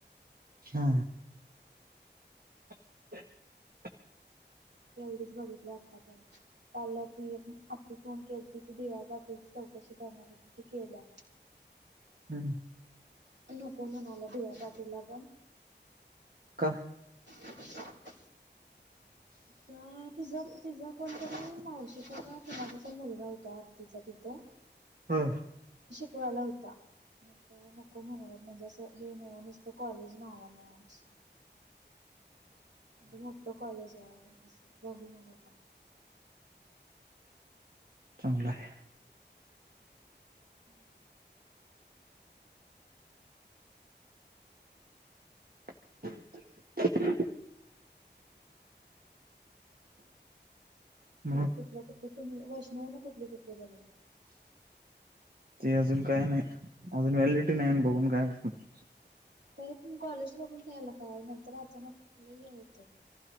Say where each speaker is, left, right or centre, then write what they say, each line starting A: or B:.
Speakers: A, on the right; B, on the right.
A: हा. हज्ञृऋऋलवव
B: एवढच बघितलंय आत्तापर्यंत. कालं ती एक आत्ती फोन केलती, ती डी वाय पाटीलची चौकशी कशी करणार होती, ती केल्या.
A: हम्म.
B: ती नको म्हणाल्या, डी वाय पाटीललापण.
A: का?
B: मथदतभबण काय तिझं तिझं कोणतरी मावशीचा का कुणाचा तर मुलगा होता, आत्तीचा ति थ.
A: हा.
B: तो आला होता, मग काय नको म्हणालात. म्हणजे असं हे नाय नुसतं कॉलेज नावाला हाय असं. म्हणजे मोठं कॉलेज आहे, असं बघू मग आता.
A: चांगलं हाय.
B: हम्म.
A: लमभणतथथसभ <inaudible> मग
B: आणि कुठलं कुठलं तुम्ही वैष्णवी ना कुठले कुठले बघीतल.
A: ते अजून काय नाहीत अजून व्हॅलिटी नाही बघून काय होतं.
B: तरी पण कॉलेज बगून ठ्यालं काय नंतर अचानक लई हे होत.